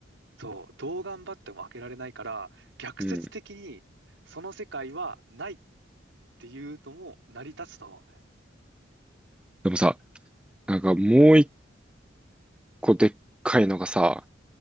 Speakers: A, on the right (about 80°); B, in the centre.
A: そう。どう頑張っても開けられないから、逆説的にその世界はないっ
B: うん。
A: ていうのも成り立つと思うんだよね。
B: でもさ、なんかもう一個でっかいのがさ、